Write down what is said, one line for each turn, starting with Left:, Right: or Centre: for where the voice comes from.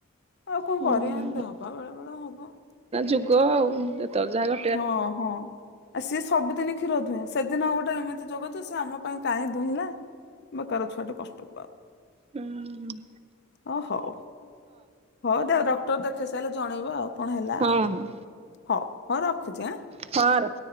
Left: ଆଉ କଣ
Right: ହୁଁ
Left: କରି ଆନ୍ତେ ହବା ବେଳେ ବେଳେ ହବ
Right: ଯୁଗ ଆଉ ଯେତେବେଳେ ଯାଗ
Left: ହଁ ହଁ ଆ ସିଏ ସବୁଦିନ କ୍ଷୀର ଦୁହଁ ସେଦିନ ଆଉ ଗୋଟେ ଏମିତି ଜଗଛ ସି ଆମ ପାଇଁ କାହିଁ ଦୁଇଁଲା ବା କାର ଛୁଆା କଷ୍ଟ
Right: ହୁଁ
Left: ଓ ହଉ ହଉ ଦ ଟର ଦେଖେଇ ସାରିଲେ ଜଣେଇବ ଆଉ କଣ ହେଲା
Right: ହଁ
Left: ଆଉ
Right: ହଁ
Left: ହଉ ହଉ ରଖୁଛି ଆଁ
Right: ହର